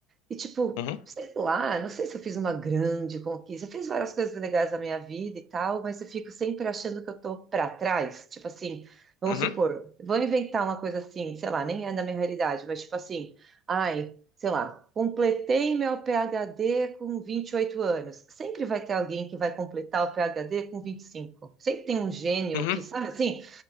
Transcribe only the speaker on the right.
E tipo,
sei lá, não sei se eu fiz uma grande conquista, eu fiz várias coisas legais na minha vida e tal, mas eu fico sempre achando que eu tô pra trás. Tipo assim, vamos
supor, vou inventar uma coisa assim, sei lá, nem é da minha realidade, mas tipo assim, ai, sei lá, completei meu PhD com 28 anos. Sempre vai ter alguém que vai completar o PhD com 25. Sempre tem um gênio
que, sabe assim,